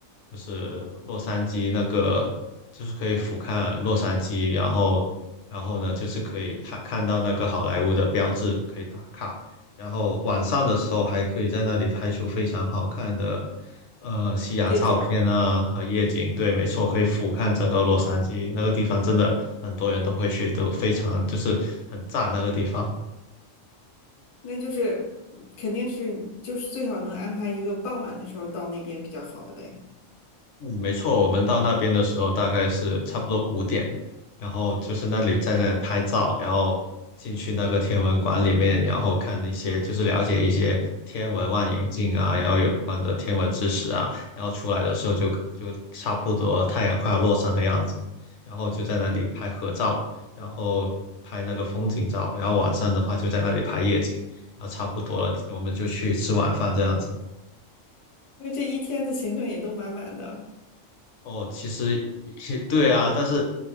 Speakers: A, on the left; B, on the left.
A: 就是洛杉矶那个，就是可以俯瞰洛杉矶，然后然后呢，就是可以看看到那个好莱坞的标志，可以打卡。然后晚上的时候还可以在那里拍出非常好看的。呃，夕阳照片啊和夜景，
B: 夜景。
A: 对，没错，可以俯瞰整个洛杉矶那个地方，真的很多人都会去，都非常就是很赞那个地方。
B: 那就是肯定是就是最好能安排一个傍晚的时候到那边比较好的呗，
A: 嗯，没错，我们到那边的时候大概是差不多五点，然后就是那里在那里拍照，然后进去那个天文馆里面，然后看那些就是了解一些天文望远镜啊，然后有关的天文知识啊，然后出来的时候就就差不多太阳快要落山的样子，然后就在那里拍合照，然后拍那个风景照，然后晚上的话就在那里拍夜景，然后差不多了，我们就去吃晚饭这样子。
B: 因为这一天的行程也都满满的。
A: 哦，其实也 <laughs> 对啊，但是